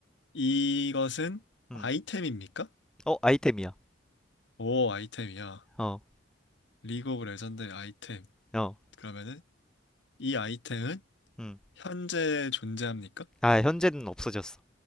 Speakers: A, on the left; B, in the centre.
A: 이것은
B: 응.
A: 아이템입니까?
B: 어, 아이템이야.
A: 오, 아이템이야.
B: 어,
A: 리그 오브 레전드의 아이템.
B: 어,
A: 그러면은, 이 아이템은
B: 응.
A: 현재 존재합니까?
B: 아, 현재는 없어졌어.